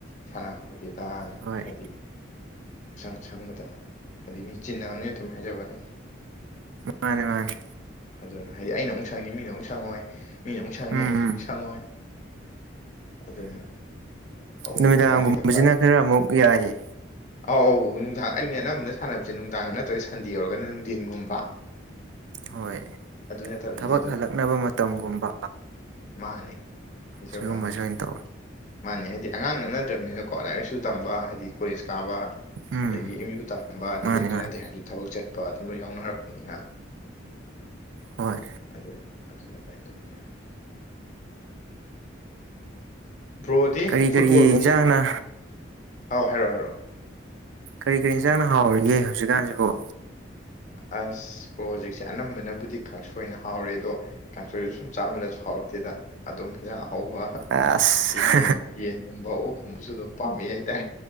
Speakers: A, on the left (about 40°); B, on the right (about 70°).
A: ꯁꯥꯟꯅꯍꯧꯔꯒꯦꯗꯥꯟ
B: ꯍꯣꯏ
A: ꯍꯥꯏꯗꯤ ꯁꯪ ꯁꯪꯕꯗ ꯍꯥꯏꯕꯗꯤ ꯃꯤ ꯆꯤꯟꯅꯕꯅꯤ ꯑꯗꯨꯝ ꯍꯥꯏꯖꯕ ꯋꯥꯅꯤ
B: ꯃꯥꯅꯦ ꯃꯥꯅꯦ
A: ꯑꯗꯨꯅ ꯍꯥꯏꯗꯤ ꯑꯩꯅ ꯑꯃꯨꯛ ꯁꯪꯅꯤ ꯃꯤꯅ ꯑꯃꯨꯛ ꯁꯪꯉꯣꯏ ꯃꯤꯅ ꯑꯃꯨꯛ ꯁꯪꯅꯤ
B: ꯎꯝ
A: ꯑꯩꯅ
B: ꯎꯝ
A: ꯁꯪꯉꯣꯏ ꯑꯗꯨꯅ ꯑꯃꯨꯛ
B: ꯅꯨꯃꯤꯗꯥꯡꯒꯨꯝꯕꯁꯤꯅ
A: ꯑꯃꯨꯛ ꯑꯗꯥꯏꯅ ꯍꯦꯛꯇ ꯐꯔꯛ
B: ꯈꯔ ꯑꯃꯨꯛ ꯌꯥꯏꯌꯦ
A: ꯑꯧ ꯑꯧ ꯅꯨꯡꯗꯥꯡ ꯑꯩꯅꯦ ꯑꯅꯝꯕꯅ ꯁꯥꯟꯅꯕꯁꯦ ꯅꯨꯡꯗꯥꯡ ꯅꯠꯇ꯭ꯔꯒ ꯁꯟꯗꯦ ꯑꯣꯏꯔꯒꯅ ꯅꯨꯡꯗꯤꯟꯒꯨꯝꯕ
B: ꯍꯣꯏ
A: ꯅꯠꯇꯕꯁꯤꯗꯤ
B: ꯊꯕꯛ ꯍꯜꯂꯛꯅꯕ ꯃꯇꯝꯒꯨꯝꯕ
A: ꯃꯥꯅꯦ ꯍꯥꯏꯖꯕꯋꯅꯤ
B: ꯁꯤꯒꯨꯝꯕꯁꯦ
A: ꯑꯗꯨꯝ
B: ꯑꯣꯏꯅ ꯇꯧꯋꯦ
A: ꯃꯥꯅꯦ ꯍꯥꯏꯗꯤ ꯑꯉꯥꯡ ꯅꯠꯅꯗ꯭ꯔꯝꯃꯤꯅꯀꯣ ꯂꯥꯏꯔꯤꯛꯁꯨ ꯇꯝꯕ ꯍꯥꯏꯗꯤ ꯀꯣꯂꯦꯖ ꯀꯥꯕ
B: ꯎꯝ
A: ꯑꯗꯒꯤ ꯑꯦꯝ ꯌꯨ ꯇꯝꯕ ꯑꯗꯒꯤ
B: ꯃꯥꯅꯤ
A: ꯑꯗꯨ
B: ꯃꯥꯅꯤ
A: ꯅꯠꯇꯦ ꯍꯥꯏ ꯊꯕꯛ ꯆꯠꯄ ꯑꯗꯨꯝ ꯂꯣꯏ ꯌꯥꯎꯅꯔꯛꯄꯅꯤꯅ
B: ꯍꯣꯏ
A: ꯑꯗꯨ ꯑꯗꯨꯅ ꯑꯗꯨꯃꯥꯏꯅ ꯇꯧꯕꯖꯥꯠꯅꯤ ꯕ꯭ꯔꯣꯗꯤ
B: ꯀꯔꯤ
A: ꯐꯨꯠꯕꯣꯜꯒꯗꯤ
B: ꯀꯔꯤ ꯏꯟꯖꯥꯡꯅ
A: ꯑꯥꯎ ꯍꯥꯏꯔꯛꯑꯣ ꯍꯥꯏꯔꯛꯑꯣ
B: ꯀꯔꯤ ꯀꯔꯤ ꯏꯟꯖꯥꯡꯅ ꯍꯥꯎꯔꯤꯒꯦ ꯍꯧꯖꯤꯛꯀꯥꯟꯁꯤꯕꯨ
A: ꯑꯁ ꯕ꯭ꯔꯣ ꯍꯧꯖꯤꯛꯁꯦ ꯑꯅꯝꯕꯅꯕꯨꯗꯤ ꯀꯥꯡꯁꯣꯏꯅ ꯍꯥꯎꯔꯦ ꯑꯗꯣ ꯀꯥꯡꯁꯣꯏꯑꯣꯏꯔꯁꯨ ꯁꯨꯝ ꯆꯥꯃꯜꯂꯁꯨ ꯍꯧꯔꯛꯇꯦꯗ ꯑꯗꯨꯝ ꯍꯤꯡꯖꯥꯡ ꯑꯍꯥꯎꯕ
B: ꯑꯁ
A: ꯌꯦꯟ ꯌꯦꯟꯒꯨꯝꯕ ꯑꯣꯛꯀꯨꯝꯕꯁꯨ ꯑꯗꯨꯝ ꯄꯥꯝꯃꯤ ꯍꯥꯏꯇꯥꯔꯦ